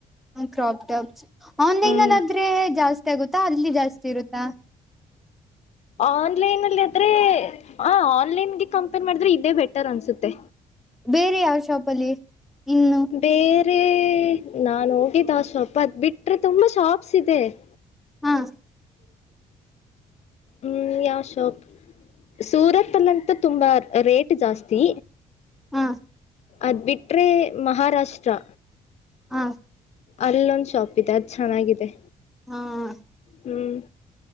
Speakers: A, in the centre; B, on the left.
A: ಕ್ರಾಪ್ ಪ್ಸ್ ಆನ್ಲೈನ್ಲ್ಲಿ
B: ಹ್ಮ್
A: ಆದ್ರೆ ಜಾಸ್ತಿ ಆಗುತ್ತಾ ಅಲ್ಲಿ ಜಾಸ್ತಿ ಇರುತ್ತಾ. <unintelligible>
B: ಆನ್ಲೈನ್ ಅಲ್ಲಿ ಆದ್ರೆ ಆ ಆನ್ಲೈನ್ಗೆ ಕಂಪೇರ್ ಮಾಡಿದ್ರೆ ಇದೇ ಬೆಟರ್ ಅನ್ಸುತ್ತೆ.
A: ಬೇರೆ ಯಾವ ಶಾಪಲ್ಲಿ ಇನ್ನು.
B: ಬೇರೇ ನಾನು ಹೋಗಿದ್ ಆ ಶಾಪ್ ಅದ್ ಬಿಟ್ರೆ ತುಂಬಾ ಶಾಪ್ಸ್ ಇದೆ. <inaudible>
A: ಹ
B: ಹ್ಮ್ ಯಾ ಶಾಪ್ ಸೂರತ್ ಅಲ್ಲಂತ ತುಂಬಾ ರೇಟ್ ಜಾಸ್ತಿ.
A: ಹಾ.
B: ಅದ್ ಬಿಟ್ರೆ ಮಹಾರಾಷ್ಟ್ರ.
A: ಹಾಂ
B: ಅಲ್ಲೊಂದ್ ಶಾಪ್ ಇದೆ ಅದ್ ಚೆನ್ನಾಗಿದೆ.
A: ಹಾಂ
B: ಹ್ಮ್